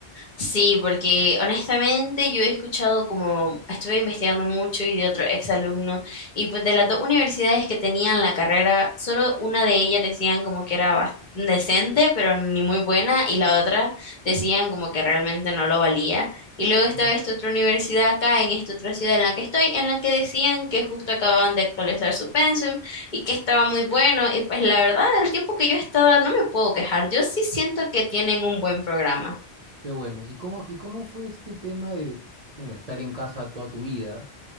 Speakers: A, on the left; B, on the right.
A: Sí, porque honestamente yo he escuchado como estuve investigando mucho y de otro ex alumno y pues de las dos universidades que tenían la carrera, solo una de ellas decían como que era bas- decente, pero ni muy buena y la otra decían como que realmente no lo valía. Y luego
B: Ujú.
A: estaba esta otra universidad acá en esta otra ciudad en la que estoy, en la que decían que justo acababan de actualizar su pensum y que estaba muy bueno y pues la verdad, el tiempo que yo he estado no me puedo quejar. Yo sí siento que tienen un buen programa.
B: Qué bueno. ¿Y cómo, y cómo fue este tema de, bueno, estar en casa toda tu vida